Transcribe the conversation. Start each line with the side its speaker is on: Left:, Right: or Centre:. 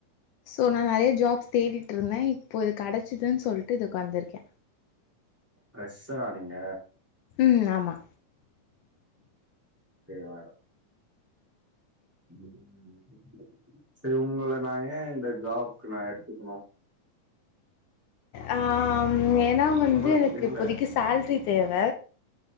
Left: சோ நா நறைய ஜாப்ஸ் தேடிட்டுருந்த இப்போ இது கடைச்சிதுன் சொல்ட்டு இதுக்கு வந்திருக்க
Centre: ஃப்ரெஷ்ஷரா நீங்க
Left: ம் ஆமா
Centre: சேவ் ஆய்டு ம் <inaudible> சேரி உங்கள நா ஏ இந்த ஜாப்கு நா எடுத்துக்கணு
Left: ஆ ஏன்னா வந்து
Centre: உங்களுக்கு
Left: எனக்கு
Centre: இல்ல
Left: இப்போதிக்கு சேல்ரி தேவ